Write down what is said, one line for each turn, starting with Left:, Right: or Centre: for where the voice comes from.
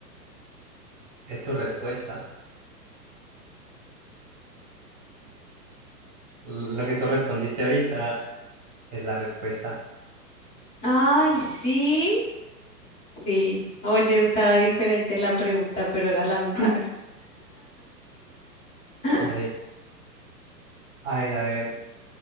Right: Es tu respuesta. Lo que tú respondiste ahorita es la respuesta. <laughs>
Left: Ay, sí, sí. Oye, estaba diferente la pregunta, pero era la misma
Right: Sí.
Left: respuesta. <laughs>
Right: Dale, a ver, a ver.